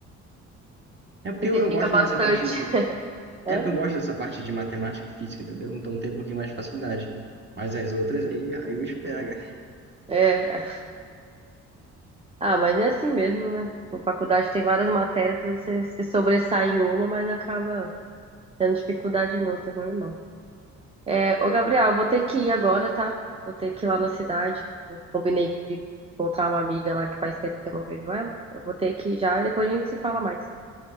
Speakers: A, on the right (about 35°); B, on the right (about 20°).
A: É porque
B: se
A: eu,
B: dedica
A: eu gosto
B: bastante.
A: mais dessa parte de.
B: Hã?
A: É porque eu gosto dessa parte de matemática e física, entendeu? Então tem um pouquinho mais de facilidade. Mas as outras aí, aí o bicho pega.
B: É. Ah, mas é assim mesmo, né? Tipo, faculdade tem várias matérias, você se sobressai em uma, mas acaba tendo dificuldade em outras, normal. É, ô, Gabriel, eu vou ter que ir agora, tá? Vou ter que ir lá na cidade. que Eu combinei de encontrar uma amiga lá que faz tempo que eu não vejo ela. Eu vou ter que ir já e depois a gente se fala mais,